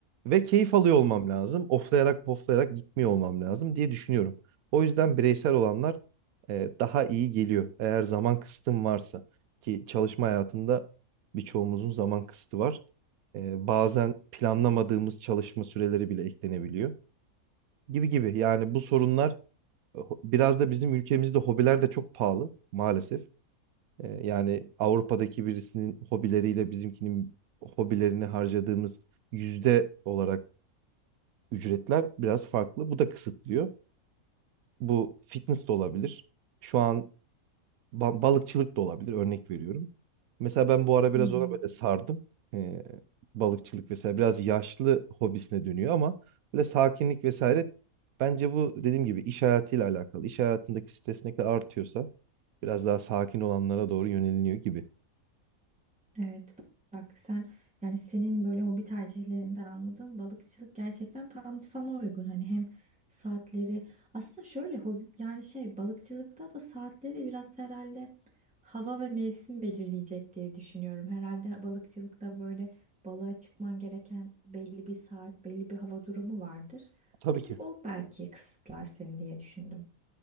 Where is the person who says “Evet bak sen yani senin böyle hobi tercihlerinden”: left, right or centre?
Centre